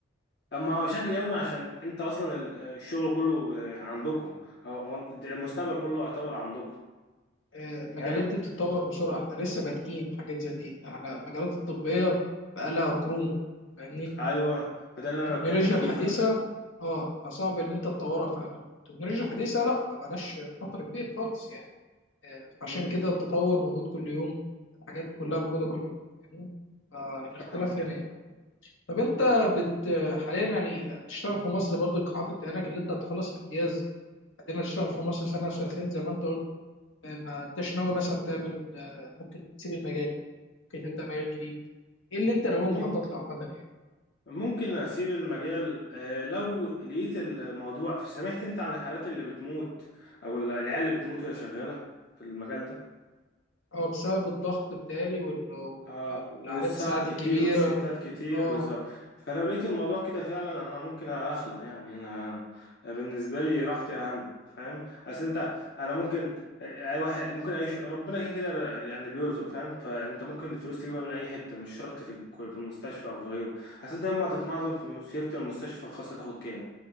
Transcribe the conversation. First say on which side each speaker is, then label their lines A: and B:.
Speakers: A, on the left; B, on the left.
A: اما هو شكل يومي عشان انت اصلا ال- الشغل كله ب- عندكم هو هو المستقبل كله يعتبر عندكم
B: آه، المجالات
A: فاهم
B: دي بتتطور بسرعة احنا لسه بادئين في حاجات زي دي احنا المجالات الطبية بقالها قرون فاهمني
A: ايوه فده
B: التكنولوجيا
A: اللي انا بتكلم فيه
B: الحديثة
A: فانت
B: اه فصعب ان انت تطورها فعلا التكنولوجيا الحديثة لا ما بقالهاش فترة كبيرة خالص يعني آه، فعشان
A: امم
B: كده التطور موجود كل يوم الحاجات كلها موجودة كل يوم فاهمني فالاختلاف
A: فاهمك أهو.
B: هنا يعني طب انت بت حاليا يعني بتشتغل في مصر برضو حاطط عينك اللي انت هتخلص امتياز بعدين هتشتغل في مصر سنة أو سنتين زي ما انت ما انتش ناوي مثلا تعمل آه، ممكن تسيب المجال ممكن تبدا مجال جديد ايه اللي انت ناوي
A: مم-
B: مخطط له عامه يعني
A: ممكن اسيب المجال آه، لو لقيت الموضوع سمعت انت عن الحالات اللي بتموت او العيال اللي بتموت وهي شغالة في المجال ده
B: اه بسبب الضغط بتاعي والعادات
A: اه والسهر
B: الساعات
A: كتير
B: الكبيره
A: والشفتات كتير
B: اه
A: بالظبط فلو لقيت الموضوع كده فعلا انا ممكن اخلع يعني انا بالنسبه لي راحتي اهم فاهم اصل انت انا ممكن اي واحد ممكن اي ش- ربنا كده كده يعني بيرزق فاهم فانت ممكن الفلوس تجيبها من اي حته مش شرط في الك- في المستشفى او في غيره اصل انت يوم ما تتمعظم في شيفت المستشفى الخاصه تاخد كام